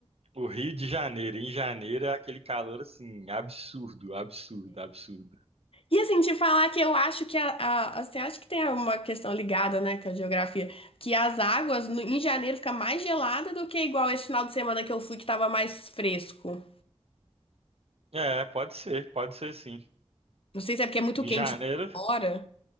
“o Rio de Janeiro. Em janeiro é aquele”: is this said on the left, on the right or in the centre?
Right